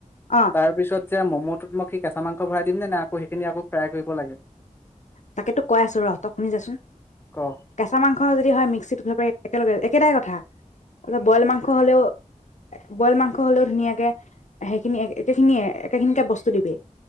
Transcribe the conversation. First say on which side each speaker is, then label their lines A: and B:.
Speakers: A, on the left (about 65°); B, on the left (about 15°).
A: অ'
B: তাৰ পিছত এতিয়া ম'ম'টোত মই কি কেঁচা মাংস ভৰাই দিম নে আকৌ সেইখিনি আকৌ ফ্ৰাই কৰিব লাগে
A: তাকেতো কৈ আছো ৰহঁ ত শুনি যাচোন
B: ক অ
A: কেঁচ মাংস যদি হয় মিক্সিত ঘূৰাব পাৰি একেলগে একেটাই কথা। বইল মাংস হলেও বইল মাংস হলেও ধুনীয়াকে সেইখিনি একেখিনি একেখিনিকে বস্তু দিবি।